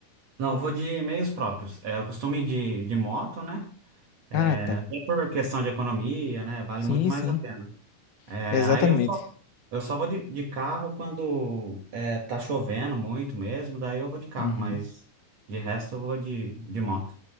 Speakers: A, on the right (about 55°); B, on the left (about 80°).
A: Não, eu vou de meios próprios. É, eu costumo ir de, de moto, né?
B: Ah,
A: É,
B: tá.
A: Até por questão de economia, né? Vale
B: Sim,
A: muito mais
B: sim.
A: a pena. É,
B: Exatamente.
A: aí eu só Eu só vou de, de carro quando é, tá chovendo muito mesmo, daí eu vou de carro,
B: Uhum.
A: mas de resto eu vou de, de moto.